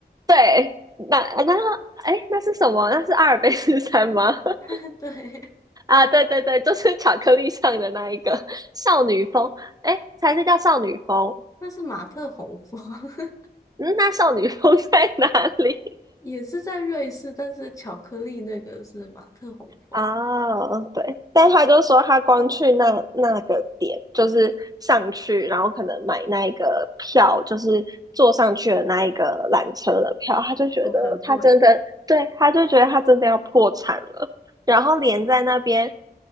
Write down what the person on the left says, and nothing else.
<laughs> 对。
那是马特洪峰，<laughs>
也是在瑞士，但是巧克力那个是马特洪峰。
哦，很贵。